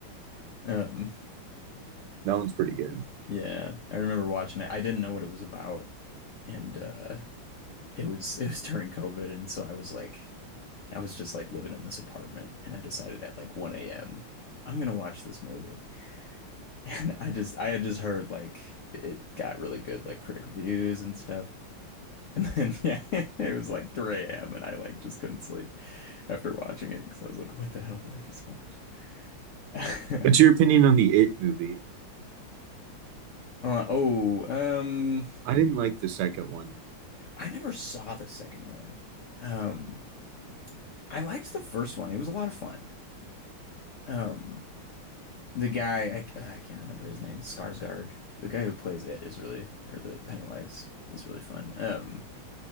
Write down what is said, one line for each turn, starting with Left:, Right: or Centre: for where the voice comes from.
Left: Um,
Right: That one's pretty good.
Left: yeah. I remember watching it. I didn't know what it was about and uh it was it was during COVID and so I was like I was just like living in this apartment and I decided at like 1 a.m. I'm gonna watch this movie. <laughs> And I just I had just heard like it got really good like critic reviews and stuff. And then <laughs> yeah, it was like 3 a.m. and I like just couldn't sleep after watching it because I was like, what the hell did I just watch? <laughs>
Right: What's your opinion on the It movie?
Left: Uh, oh, um,
Right: I didn't like the second one.
Left: I never saw the second one. Um, I liked the first one. It was a lot of fun. Um, the guy, I, uh, I can't remember his name, Skarsgård. The guy who plays it is really, or the Pennywise is really fun. Um,